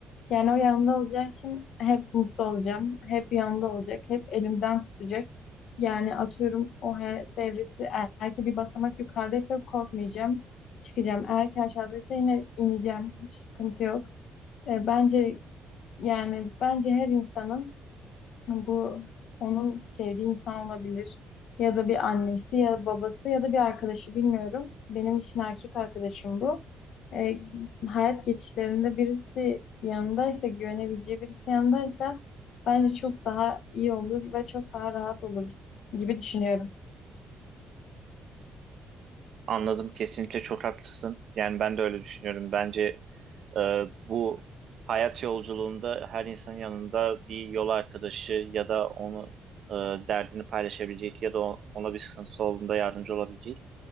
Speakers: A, on the left; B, on the right.
A: Yani o yanımda olacağı için hep mutlu olacağım. Hep yanımda olacak. Hep elimden tutacak. Yani atıyorum o hayat evresi eğer eğer ki bir basamak yukarıdaysa korkmayacağım. Çıkacağım. Eğer ki aşağıdaysa yine ineceğim. Hiç sıkıntı yok. E, bence yani bence her insanın bu onun sevdiği insan olabilir. Ya da bir annesi ya babası ya da bir arkadaşı bilmiyorum. Benim için erkek arkadaşım bu. Ee, hayat geçişlerinde birisi yanındaysa, güvenebileceği birisi yanındaysa bence çok daha iyi olur ve çok daha rahat olur gibi düşünüyorum.
B: Anladım, kesinlikle çok haklısın. Yani ben de öyle düşünüyorum. Bence e, bu hayat yolculuğunda her insanın yanında bir yol arkadaşı ya da onu e, derdini paylaşabilecek ya da o- ona bir sıkıntısı olduğunda yardımcı olabilecek